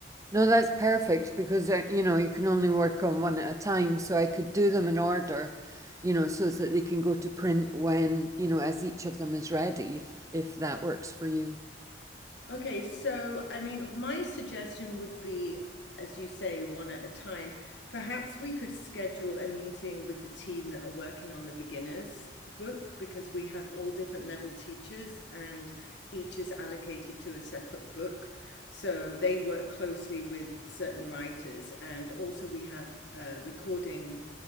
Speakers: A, on the right; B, on the left.
A: No, that's perfect because uh, you know you can only work on one at a time. So I could do them in order, you know, so that they can go to print when, you know, as each of them is ready, if if that works for you.
B: Okay, so I mean, my suggestion would be, as you say, one at a time. Perhaps we could schedule a meeting with the team that are working on the beginners book because we have all different level teachers and each is allocated to a separate book. So they work closely with certain writers. And also we have uh, recording